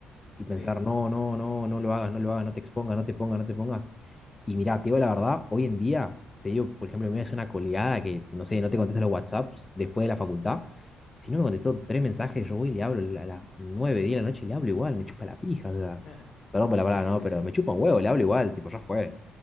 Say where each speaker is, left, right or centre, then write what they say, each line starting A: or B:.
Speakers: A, on the left; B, on the left.
A: y pensar,
B: sí,
A: no, no, no, no lo hagas, no lo hagas, no te expongas, no te pongas, no te pongas. Y mira, te digo la verdad, hoy en día, te digo, por ejemplo, me hace una coleada que, no sé, no te contesta los WhatsApps después de la facultad. Si no me contestó tres mensajes, yo voy y le hablo a las nueve, diez de la noche y le hablo igual, me chupa la pija, o sea,
B: <laughs>
A: perdón por la
B: sí,
A: palabra,
B: sí,
A: no, pero me chupa un huevo, le hablo igual, tipo, ya fue.